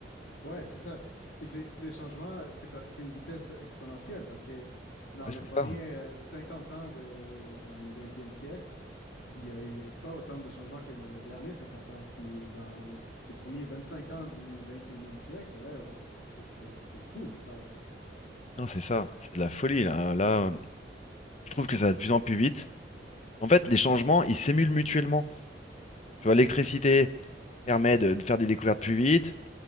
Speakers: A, on the left (about 80°); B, on the left (about 40°).
A: Ouais, c'est ça. Puis c'est c'est des changements, c'est comme- c'est une vitesse exponentielle parce que dans
B: Ah,
A: les
B: c'est
A: premiers
B: ça.
A: euh, 50 ans de- du 20 siècle, il n'y a eu pas autant de changements que dans les derniers 50 ans. Puis dans les premiers 25 ans du 21e siècle, ben là, on- c'est c'est- c'est fou quand même.
B: Non, c'est ça, c'est de la folie là. hein. Là, Je trouve que ça va de plus en plus vite. En fait, les changements, ils s'émulent mutuellement. Tu vois, l'électricité permet de, de faire des découvertes plus vite.